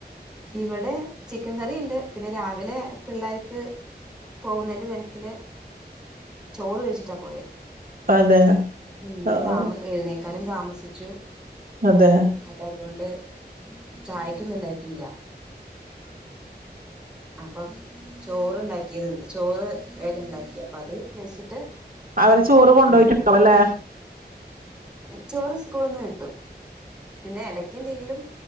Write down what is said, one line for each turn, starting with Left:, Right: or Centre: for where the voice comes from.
Centre: ഇവിടെ ചിക്കൻ കറി ഉണ്ട് പിന്നെ രാവിലെ പിള്ളേർക്ക് പോകുന്നതിന്റെ തിരക്കില് ചോറ് കഴിച്ചിട്ടാ പോയേ
Right: അതെ
Centre: ഇന്ന് ഞാൻ
Right: ആഹ്
Centre: താമ
Right: ആഹ്
Centre: എഴുന്നേക്കാനും താമസിച്ചു
Right: അതെ
Centre: അപ്പൊ അതുകൊണ്ട് ചായക്കൊന്നും ഇണ്ടാക്കില്ല അപ്പൊ ചോറണ്ടാക്കിയത് ചോറ് വേഗം ഉണ്ടാക്കി അപ്പൊ അത് കഴിച്ചിട്ട്
Right: അവര് ചോറ് കൊണ്ടുപോയിട്ടുണ്ടാവും
Centre: പിള്ളേര് പോയി
Right: അല്ലെ
Centre: ചോറ് സ്കൂളിന്ന് കിട്ടും പിന്നെ ഇടക്ക്, എന്തെങ്കിലും